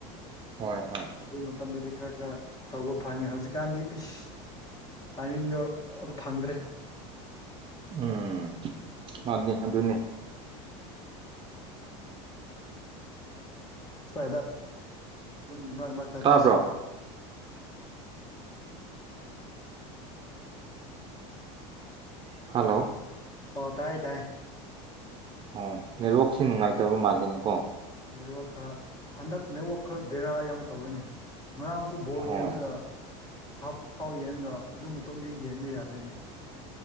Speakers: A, on the right (about 30°); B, on the left (about 25°).
A: ꯍꯣꯏ ꯍꯣꯏ
B: ꯑꯗꯨ ꯃꯇꯝꯗꯗꯤ ꯈꯔ ꯈꯔ ꯇꯧꯕ ꯐꯪꯉꯦ ꯍꯧꯖꯤꯛꯀꯥꯟꯗꯤ ꯑꯩꯁ ꯇꯥꯏꯃꯤꯡꯗꯣ ꯑꯗꯨ ꯐꯪꯗ꯭ꯔꯦ꯫
A: ꯎꯝ ꯃꯥꯅꯤ ꯑꯗꯨꯅꯤ꯫
B: ꯁ꯭ꯋꯥꯏꯗ ꯑꯗꯨꯝ ꯃꯔꯛ ꯃꯔꯛꯇ ꯑꯗꯨꯝ
A: ꯇꯥꯕ꯭ꯔꯣ
B: ꯆꯠꯄ꯫
A: ꯍꯜꯂꯣ
B: ꯑꯣ ꯇꯥꯏ ꯇꯥꯏ
A: ꯑꯣ ꯅꯦꯠꯋꯥꯛꯁꯤ ꯅꯨꯡꯉꯥꯏꯇꯕ ꯃꯥꯜꯂꯦꯅꯦꯀꯣ꯫
B: ꯅꯦꯠꯋꯥꯛ ꯈꯔ ꯍꯟꯗꯛ ꯅꯦꯠꯋꯥꯛ ꯈꯔ ꯕꯦꯔꯥ ꯌꯥꯝ ꯇꯧꯔꯤꯅꯦ꯫ ꯉꯔꯥꯡꯁꯨ ꯕꯣꯜ
A: ꯍꯣꯏ
B: ꯌꯦꯡꯉꯒ ꯍꯥꯞ ꯐꯥꯎ ꯌꯦꯡꯉꯒ ꯑꯗꯨ ꯃꯇꯨꯡꯗꯤ ꯌꯦꯡꯕ ꯌꯥꯗ꯭ꯔꯤꯅꯦ꯫